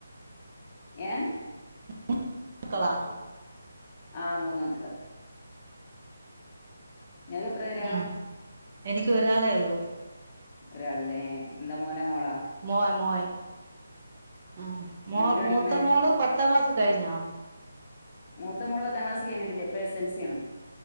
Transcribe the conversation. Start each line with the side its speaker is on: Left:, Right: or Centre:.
Left: ഏഹ്
Right: ന്ന് മക്കളാ
Left: ആഹ് മൂന്ന് മക്കള് നിങ്ങക്ക് എത്രെ പേരാ
Right: ഉം എനിക്ക് ഒരാളെ ഒള്ളു
Left: ഒരാള്ലെ എന്താ മോനാ മോളാ
Right: മോൻ മോൻ ആഹ് മോൾ
Left: എന്തിനാ പഠിക്ക്ണേ?
Right: മൂത്ത മോള് പത്താം ക്ലാസ്സ് കഴിഞ്ഞോ
Left: മൂത്ത മോള് പത്താം ക്ലാസ്സ് കഴ്‌ഞ്ട്ടില്ല ഇപ്പ എസ്. എൽ. സി. ആണ്